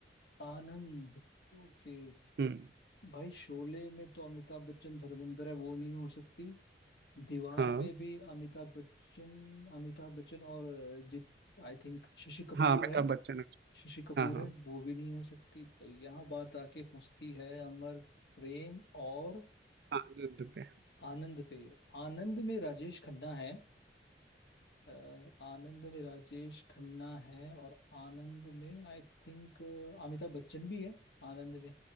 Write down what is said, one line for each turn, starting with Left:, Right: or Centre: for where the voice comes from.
Left: आनंद ओके
Right: हम्म
Left: भाई शोले में तो अमिताभ बच्चन धर्मेंद्र है वो नहीं हो सकती दीवार
Right: हाँ
Left: में भी अमिताभ बच्चन अमिताभ बच्चन और अ, जित आई थिंक शशि कपूर
Right: हाँ अमिताभ
Left: है
Right: बच्चन
Left: शशि कपूर
Right: हाँ हाँ
Left: है वो भी नहीं हो सकती तो यहाँ बात आके फंसती है अमर प्रेम और
Right: आनंद पे
Left: आनंद पे आनंद में राजेश खन्ना है अ, आनंद में राजेश खन्ना है और आनंद में आई थिंक अमिताभ बच्चन भी है आनंद में